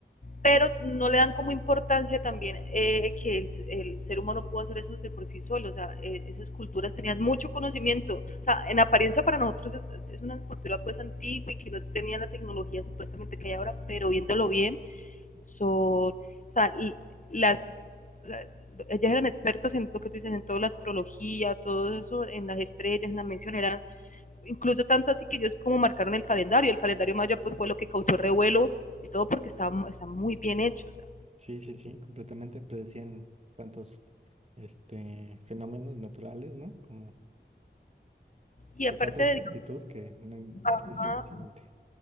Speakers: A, on the left; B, on the right.
A: pero no le dan como importancia también eh, que el, el, ser humano pudo hacer eso de por sí solo, o sea, eh, esas culturas tenían mucho conocimiento, o sea, en apariencia para nosotros es, es, una cultura pues antigua y que no tenían la tecnología supuestamente que hay ahora, pero viéndolo bien, son, o sea, las, las ellas eran expertas en lo que tú dices, en toda la astrología, todo eso, en las estrellas, en la mención, eran incluso tanto así que ellos como marcaron el calendario, el calendario maya pues fue lo que causó revuelo y todo porque estaba, está muy bien hecho, o sea,
B: Sí, sí, sí, completamente predecían tantos este, fenómenos naturales, ¿no? Como
A: Y
B: con
A: aparte
B: tanta exactitud
A: de
B: que no, sí
A: Digama,
B: es impresionante.